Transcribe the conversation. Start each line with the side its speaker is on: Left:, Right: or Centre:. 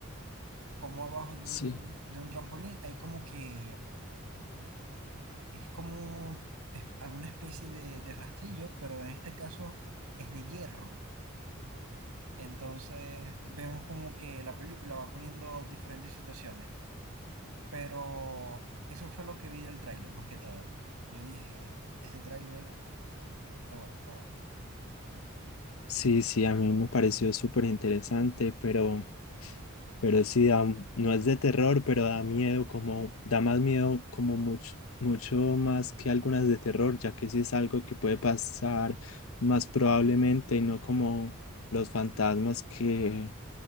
Right: como abajo de
Left: Sí.
Right: un, de un, de un trampolín hay como que, es como es alguna especie de, de rastrillo, pero en este caso es de hierro. Entonces vemos como que la película va poniendo diferentes situaciones, pero eso fue lo que vi del tráiler más que todo. Yo dije, este tráiler está bueno, está bueno.
Left: Sí, sí, a mí me pareció súper interesante, pero Pero sí, da- no es de terror, pero da miedo, como da más miedo, como mucho, mucho más que algunas de terror, ya que sí es algo que puede pasar más probablemente, y no como los fantasmas que,